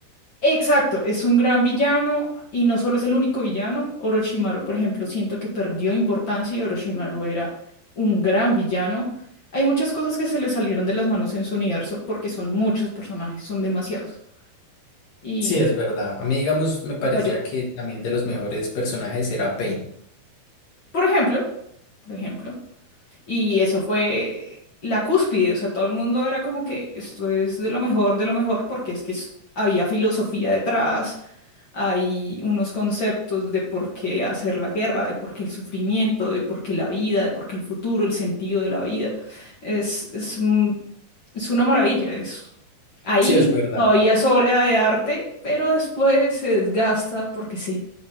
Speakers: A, on the left; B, on the left.
A: Exacto, es un gran villano y no solo es el único villano. Orochimaru, por ejemplo, siento que perdió importancia y Orochimaru era un gran villano. Hay muchas cosas que se le salieron de las manos en su universo porque son muchos personajes, son demasiados. Y,
B: Sí, es verdad. A mí, digamos, me parecía
A: y falló.
B: que también de los mejores personajes era Pain.
A: Por ejemplo, por ejemplo, y eso fue la cúspide, o sea, todo el mundo era como que esto es de lo mejor, de lo mejor, porque es que es- había filosofía detrás, hay unos conceptos de por qué hacer la guerra, de por qué el sufrimiento, de por qué la vida, de por qué el futuro, el sentido de la vida. Es, es, un- es una maravilla eso. Ahí
B: Sí, es verdad.
A: todavía sobra de arte, pero después se desgasta porque se,